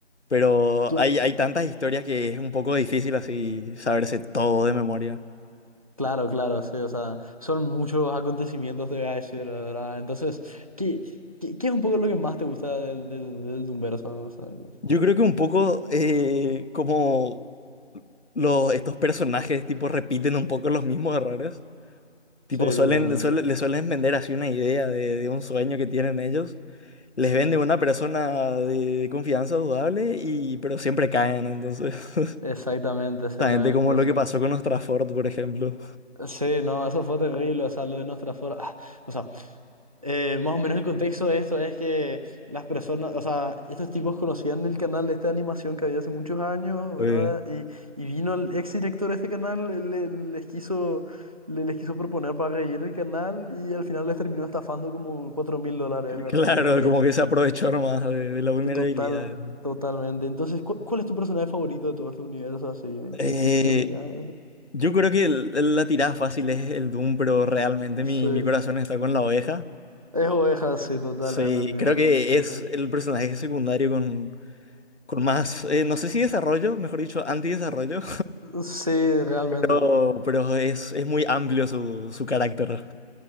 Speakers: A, on the left; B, on the right.
A: pero
B: Cla-
A: hay, hay tantas historias que es un poco difícil así saberse todo de memoria.
B: claro, claro, sí, o sea, son muchos acontecimientos, te voy a decir, la verdad. Entonces, ¿qué, qué, qué es un poco lo que más te gusta del, del, del Doomverso, no? O sea, que-
A: Yo creo que un poco eh, como los, estos personajes tipo repiten un poco los mismos errores, tipo
B: sí,
A: suelen,
B: totalmente.
A: suele- le suelen vender así una idea de, de un sueño que tienen ellos. les
B: Sí.
A: vende una persona de confianza dudable y pero siempre caen, entonces <laughs>
B: Exactamente, exactamente,
A: justamente como
B: o
A: lo
B: sea,
A: que pasó con Ostrafort, por ejemplo.
B: sí, no, eso fue terrible, o sea, lo de nuestra forma, ah, o sea, Eh, más o menos el contexto de esto es que las personas, o sea, estos tipos conocían el canal de esta animación que había hace muchos años,
A: Fue-
B: ¿verdad? Y, y vino el ex director de este canal, él le- les quiso, le- les quiso proponer para reír el canal y al final les terminó estafando como cuatro mil dólares, ¿verdad?
A: Claro,
B: Y De que
A: como
B: es
A: que se aprovechó nomás de, de la vulnerabilidad.
B: total, totalmente. Entonces, ¿cu- ¿cuál, es tu personaje favorito de todo este universo así?
A: Eh,
B: ¿Qué, qué, qué opinas?
A: yo creo que el- el- la tirada fácil es el Doom, pero realmente mi,
B: Sí.
A: mi corazón está con la oveja.
B: Es oveja, sí, totalmente,
A: Sí,
B: entiendo.
A: creo que
B: Sí,
A: es
B: sí.
A: el personaje secundario con, con más, eh, no sé si desarrollo, mejor dicho, antidesarrollo,
B: Sí, realmente.
A: <laughs> pero, pero es, es muy amplio su, su carácter.